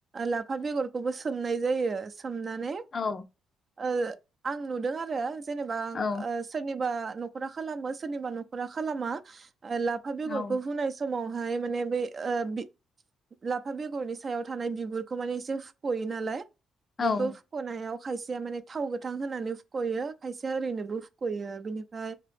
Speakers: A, on the right; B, on the left.
A: लाफा बेरखौबो सोमनाय जायो। सोमनानै
B: औ
A: ओ आं नुदों आरो। जेनेबा
B: औ
A: सोरनिबा। न'खरा खालामो सोरनिबा न'खरा खालामा लाफा बेगरखौ
B: औ
A: हुनाय समाव हाय माने बेै ओ लाफा बेगरनि सायाव थानाय बिगुरखौ माने एसे फुख'यो नालाय।
B: औ
A: बेखौ हुखनायाव खायसेया माने थाव गोथां होनानै हुखयो। खायसेया ओरैनोबो हुखयो बिनि फ्राय